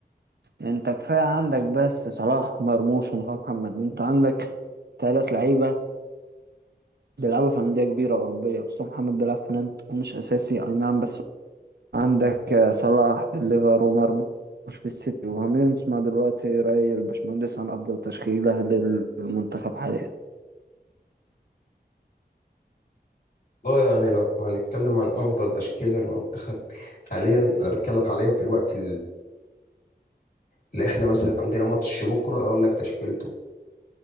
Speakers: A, on the right; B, on the left.
A: انت كفاية عندك بس صلاح ومرموش ومصطفى محمد انت عندك تلات لعيبة بيلعبوا في أندية كبيرة أوروبية مصطفى محمد بيلعب في نانت ومش أساسي أي نعم بس عندك آه، صلاح في الليفر ومرموش في السيتي وهنسمع دلوقتي رأي الباشمهندس عن أفضل تشكيلة للمنتخب حاليا
B: لا يعني لو هنتكلم عن أفضل تشكيلة للمنتخب حاليا أنا بتكلم حاليا في الوقت لا احنا مثلا عندنا ماتش بكره اقول لك تشكيلته